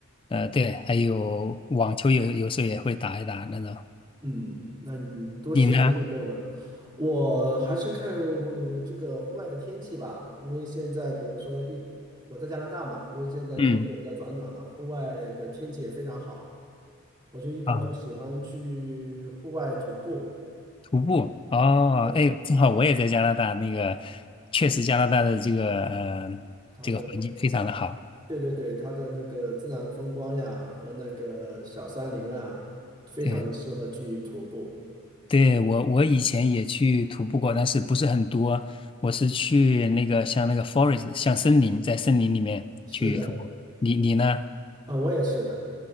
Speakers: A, on the left; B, on the right.
A: 呃，对，还有网球有有时候也会打一打那种。
B: 嗯，那你都喜欢运动呢？
A: 你呢？
B: 我还是看嗯这个户外的天气吧，因为现在比如说一我在加拿大嘛，因为现在天气也比较转暖了，
A: 嗯，
B: 户外的天气也非常好，我就一般就喜欢去户外徒步。
A: 啊，徒步哦，
B: 对，
A: 哎，正好我也在加拿大，那个确实加拿大的这个呃
B: 它的
A: 这个环境非常的好。
B: 对对对，它的那个自然风光呀和那个小山林啊，非常的适合去徒步。
A: 对。对，我我以前也去徒步过，但是不是很多。我是去那个像那个 forest，像森林，在森林里面去徒步。
B: 是的，
A: 你你呢？
B: 啊，我也是的。